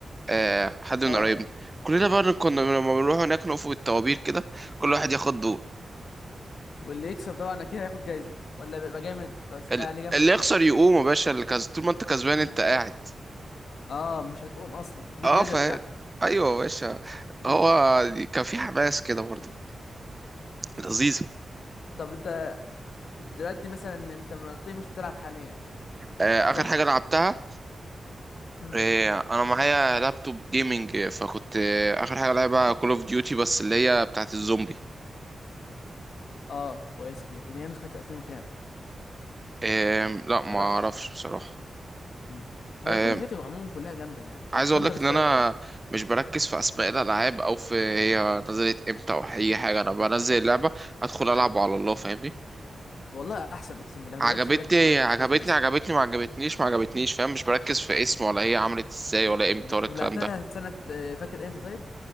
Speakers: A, on the right; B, on the left.
A: آه حد من
B: اه
A: قرايبنا كلنا بقى كنا لما بنروح هناك نقف بالطوابير كده كل واحد ياخد دور
B: واللي يكسب طبعا اكيد هياخد جايزه ولا بيبقى جامد بس يتقال
A: ال-
B: عليه جامد
A: اللي
B: وخلاص
A: يخسر يقوم يا باشا اللي كز... طول ما انت كسبان
B: م.
A: انت قاعد
B: اه مش هتقوم اصلا دي
A: اه
B: الجايزه
A: ف
B: بتاعتك
A: ايوه يا باشا
B: م.
A: هو كان في حماس كده برضه
B: م.
A: لذيذ
B: طب انت دلوقتي مثلا انت طيب مش بتلعب حاليا
A: آه،
B: صح؟
A: اخر حاجه لعبتها
B: امم
A: آه، انا معايا لابتوب جيمنج آه، فكنت آه، اخر حاجه لعبها كول اوف ديوتي بس اللي هي بتاعت الزومبي
B: اه كويسه ديت اللي هي نسخه 2000 وكام
A: آم، لا ما
B: تعرفش
A: اعرفش بصراحه
B: امم هي
A: آم،
B: كل فيديو عموما كلها جامده يعني
A: عايز
B: وكانتر
A: اقول لك ان
B: سترايك
A: انا
B: برضه
A: مش بركز في اسماء الالعاب او في هي نزلت امتى او اي حاجه انا بنزل اللعبه ادخل العب على الله فاهمني
B: والله احسن اقسم بالله ما
A: عجبتني
B: تشغلش بالك بالكلام ده
A: عجبتني
B: ملوش لازمه اصلا
A: عجبتني ما عجبتنيش ما عجبتنيش فاهم مش بركز في اسم ولا هي عملت ازاي ولا امتى
B: مم.
A: ولا
B: طب
A: الكلام
B: لعبتها
A: ده
B: سنه آه، فاكر امتى طيب